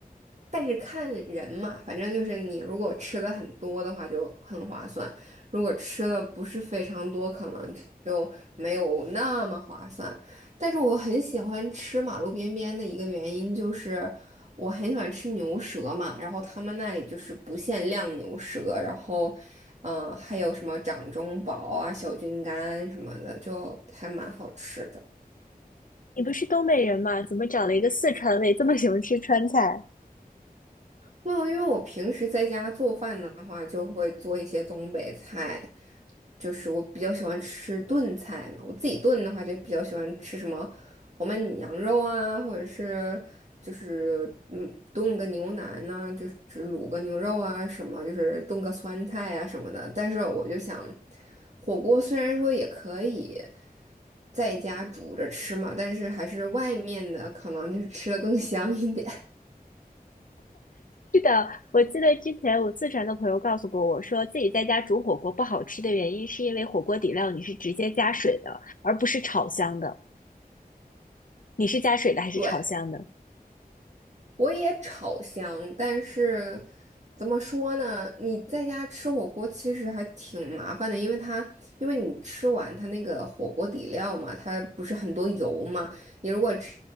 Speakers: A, on the right; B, on the left.
A: 但是看人嘛，反正就是你如果吃的很多的话就很划算，如果吃的不是非常多，可能就没有那么划算。但是我很喜欢吃马路边边的一个原因就是，我很喜欢吃牛舌嘛，然后他们那里就是不限量牛舌，然后，嗯、还有什么掌中宝啊、小菌干什么的，就还蛮好吃的。
B: 你不是东北人吗？怎么找了一个四川胃，这么喜欢吃川菜？
A: 哦，因为我平时在家做饭的话，就会做一些东北菜，就是我比较喜欢吃炖菜嘛。我自己炖的话，就比较喜欢吃什么红焖羊肉啊，或者是就是嗯炖个牛腩呐、就是卤个牛肉啊什么，就是炖个酸菜啊什么的。但是我就想，火锅虽然说也可以在家煮着吃嘛，但是还是外面的可能就是吃的更香一点。
B: 是的，我记得之前我四川的朋友告诉过我说，自己在家煮火锅不好吃的原因是因为火锅底料你是直接加水的，而不是炒香的。你是加水的还是炒香的？
A: <laughs> 对。我也炒香，但是怎么说呢？你在家吃火锅其实还挺麻烦的，因为它因为你吃完它那个火锅底料嘛，它不是很多油嘛，你如果直